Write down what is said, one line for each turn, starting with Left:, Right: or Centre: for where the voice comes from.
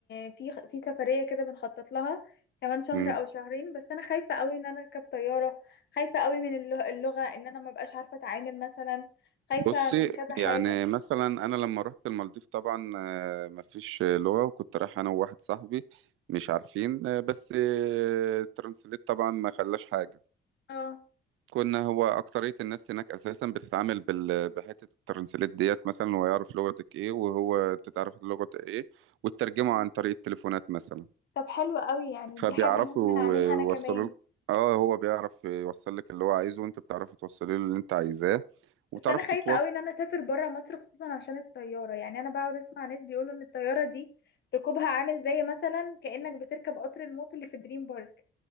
Left: في في سفريه كده بنخطط لها كمان شهر
Right: مم.
Left: او شهرين بس انا خايفه قوي ان انا اركب طياره خايفه قوي من اللغ- اللغه ان انا ما بقاش عارفه اتعامل مثلا خايفه
Right: بصي
Left: من كذا حاجه
Right: يعني
Left: يعني
Right: مثلا انا لما رحت المالديف طبعا آه، مفيش لغة وكنت رايح انا وواحد صاحبي مش عارفين آه، بس آه، ترانسليت طبعا ما خلاش حاجة
Left: اه
Right: كنا هو أكترية الناس هناك أساسا بتتعامل بال... بحتة الترانسليت ديت مثلا هو يعرف لغتك إيه وهو أنت تعرف لغة إيه وتترجمه
Left: مم.
Right: عن طريق التليفونات مثلا
Left: طب حلو قوي يعني
Right: فبيعرفوا
Left: دي حاجه ممكن اعملها
Right: يوصلوا
Left: انا كمان
Right: لك اه هو بيعرف يوصل لك اللي هو عايزه وأنت بتعرفي توصلي له اللي أنت عايزاه وتعرفي
Left: بس انا خايفه
Right: تتواصل
Left: قوي ان انا اسافر بره مصر خصوصا عشان الطياره يعني انا بقعد اسمع ناس بيقولوا ان الطياره دي ركوبها عامل زي مثلا كانك بتركب قطر الموت اللي في دريم بارك